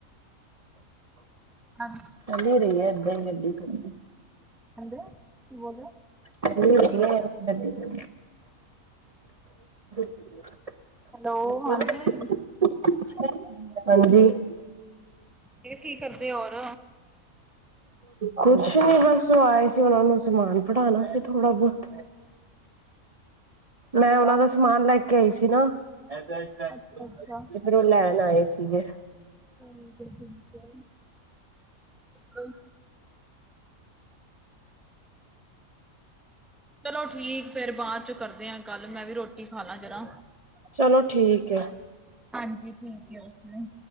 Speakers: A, in the centre; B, on the right.
A: <unintelligible>
B: ਚੱਲ ਰਹੀ ਇਦਾਂ ਗੱਡੀ ਚੱਲੀ।
A: ਕਹਿੰਦੇ ਕੀ ਬੋਲਿਆ।
B: ਚੱਲ ਰਹੀ ਗੱਡੀ ਤੇ <unintelligible> ਅੱਛਾ
A: ਹੈਲੋ ਹਾਂਜੀ।
B: ਮੈਂ ਕਿਹਾ ਹਾਂਜੀ
A: ਇਹ ਕੀ ਕਰਦੇ ਹੋਰ।
B: ਕੁਛ ਨੀ ਬਸ ਉਹ ਆਏ ਸੀ ਉਹਨੂੰ ਸਮਾਨ ਫੜਾਣਾ ਸੀ ਥੋੜਾ ਬਹੁਤ। ਮੈਂ ਉਹਨਾ
A: ਬਸ
B: ਦਾ ਸਮਾਨ ਲੈ ਕੇ ਆਈ ਸੀ ਨਾ। ਤੇ
A: ਅੱਛਾ ਅੱਛਾ
B: ਫਿਰ ਉਹ ਲੈਣ ਆਏ ਸੀਗੇ।
A: ਹੁਣ ਤੇ ਠੀਕ ਹੈ। <unintelligible> ਚਲੋ ਠੀਕ ਫਿਰ ਬਾਅਦ ਚ ਕਰਦੇ ਆ ਕੱਲ ਮੈਂ ਵੀ ਰੋ। ਰੋਟੀ ਖਾਲਾ ਜਰਾ
B: ਚਲੋ ਠੀਕ ਹੈ
A: ਹਾਂਜੀ ਠੀਕ ਆ ਉਸ ਨੇ।